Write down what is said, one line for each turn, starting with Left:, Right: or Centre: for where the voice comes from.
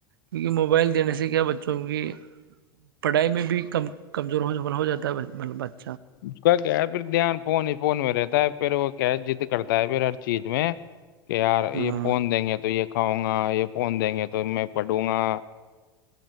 Right: کیونکہ موبائل دینے سے کیا بچوں سب کی پڑھائی میں بھی کم کمزور ہو ہو جاتا ہے ب
Left: اس کا کیا ہے پھر دھیان فون ہی فون میں رہتا ہے پھر وہ کیا ہے جضد کرتا ہے پھر ہر چیز میں کہ یار
Right: ہاں
Left: یہ فون دیں گے تو یہ کھاؤں گا یہ فون دیں گے تو میں پڑوں گا